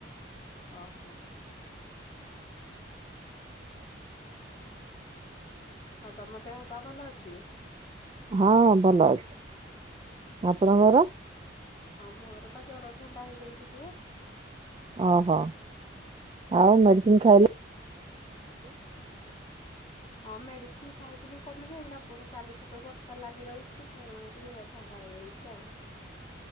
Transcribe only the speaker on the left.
ଓହୋ। ହଁ ତମ ଦେହ ପା ଭଲ ଅଛି।
ହଁ ମୋର ପା ଜର ଥଣ୍ଡା ହେଇଯାଇଛି ଟିକେ।
ହଁ ମେଡିସିନ ଖାଇଥିଲି କମି ଯାଇଥିଲା ପୁଣି କାଲି ଠୁ ଯୋଉ ବର୍ଷା ଲାଗି ରହିଛି ପୁଣି ଟିକେ ଥଣ୍ଡା ହେଇଯାଇଛି ଆଉ।